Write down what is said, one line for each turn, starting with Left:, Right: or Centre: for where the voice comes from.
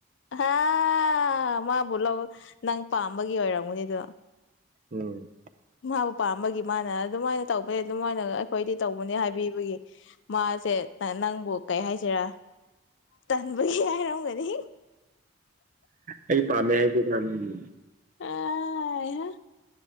Left: ꯍꯥ ꯃꯥꯕꯨ ꯂꯧ ꯅꯪ ꯄꯥꯝꯕꯒꯤ ꯑꯣꯏꯔꯝꯒꯅꯤꯗꯣ
Right: ꯎꯝ
Left: ꯃꯥꯕꯨ ꯄꯥꯝꯕꯒꯤ ꯃꯥꯅ ꯑꯗꯨꯃꯥꯏꯅ ꯇꯧꯕꯦ ꯑꯗꯨꯃꯥꯏꯒꯅ ꯑꯩꯈꯣꯏꯗꯤ ꯇꯧꯕꯅꯦ ꯍꯥꯏꯕꯤꯕꯒꯤ ꯃꯥꯁꯦ ꯅꯪꯕꯨ ꯀꯩ ꯍꯥꯏꯁꯤꯔꯥ ꯇꯟꯕꯒꯤ ꯍꯥꯏꯔꯝꯒꯅꯤ
Right: ꯑꯩ ꯄꯥꯝꯃꯦ ꯍꯥꯏꯗꯨ ꯌꯥꯅꯤꯡꯉꯤ
Left: ꯑꯥꯢ ꯍꯥ